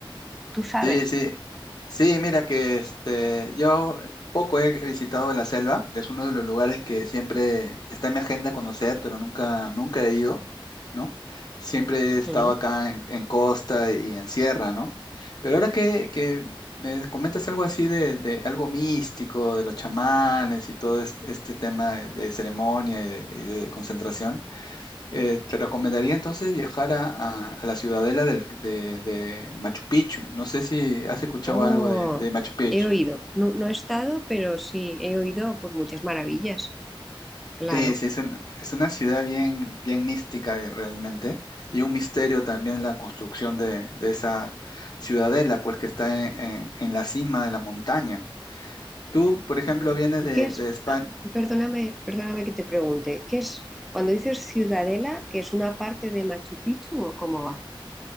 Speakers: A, in the centre; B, on the left.
A: ¿Tú sabes?
B: Sí, sí. Sí, mira que este, yo poco he visitado la selva, es uno de los lugares que siempre está en mi agenda conocer, pero nunca, nunca he ido, ¿no? Siempre he estado
A: Ujú.
B: acá en, en costa y en sierra, ¿no? Pero ahora que, que me comentas algo así de, de algo místico, de los chamanes y todo este, este tema de, de ceremonia y de, y de concentración. Eh, te recomendaría entonces viajar a, a- a la ciudadela del- de, de Machu Picchu. No sé si has escuchado
A: Oh,
B: algo de, de Machu Picchu.
A: he oído. No, no he estado, pero sí, he oído pues muchas maravillas. Claro.
B: Sí, sí, es, un- es una ciudad bien, bien mística eh, realmente y un misterio también la construcción de, de esa ciudadela, pues que está en, en- en la cima de la montaña. Tú, por ejemplo,
A: Mm.
B: vienes de,
A: ¿Qué es?
B: de España.
A: ah, perdóname, perdóname que te pregunte. ¿Qué es cuando dices Ciudadela, que es una parte de Machu Picchu o cómo va?